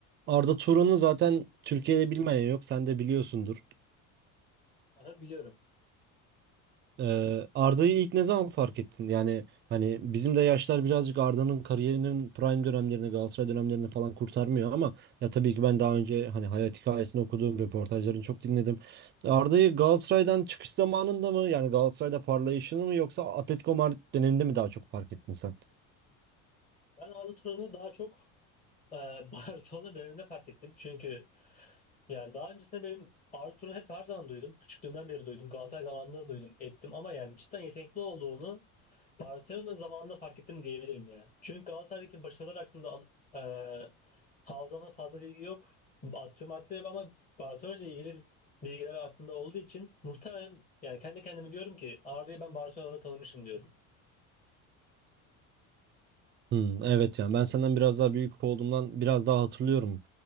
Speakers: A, on the right; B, on the left.
A: Arda Turan'ı zaten Türkiye'de bilmeyen yok. Sen de biliyorsundur.
B: Aha, biliyorum.
A: Ee, Arda'yı ilk ne zaman fark ettin? Yani hani bizim de yaşlar birazcık Arda'nın kariyerinin prime dönemlerini, Galatasaray dönemlerini falan kurtarmıyor ama ya tabii ki ben daha önce hani hayat hikayesini okuduğum röportajlarını çok dinledim. Arda'yı Galatasaray'dan çıkış zamanında mı yani Galatasaray'da parlayışını mı yoksa Atletico Madrid döneminde mi daha çok fark ettin sen?
B: Ben Arda Turan'ı daha çok e, <laughs> Barcelona döneminde fark ettim. Çünkü yani daha öncesinde benim Arda Turan'ı hep her zaman duydum. Küçüklüğümden beri duydum. Galatasaray zamanında da duydum, ettim. Ama yani cidden yetenekli olduğunu Barcelona zamanında fark ettim diyebilirim ya. Çünkü Galatasaray'daki başarılar hakkında e, hafızamda fazla bilgi yok. Atıyorum madde yok ama Barcelona ile ilgili bilgiler aklımda olduğu için muhtemelen yani kendi kendime diyorum ki Arda'yı ben Barcelona'da tanımışım diyorum.
A: Hmm, evet yani ben senden biraz daha büyük olduğumdan biraz daha hatırlıyorum